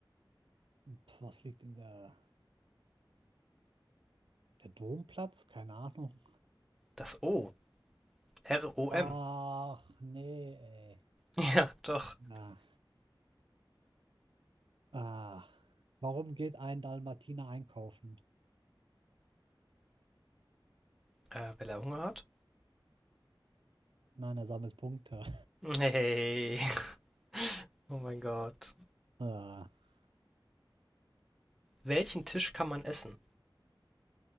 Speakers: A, on the right; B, in the centre.
A: pf, Was liegt in der, der Domplatz? Keine Ahnung.
B: Das O. R-O-M.
A: Ach, nee, ey.
B: <laughs> Ja, doch.
A: Na, ah. Warum geht ein Dalmatiner einkaufen?
B: Äh, weil er Hunger hat?
A: Nein, er sammelt Punkte.
B: Hey. <laughs> Oh mein Gott.
A: <laughs> Ah.
B: Welchen Tisch kann man essen?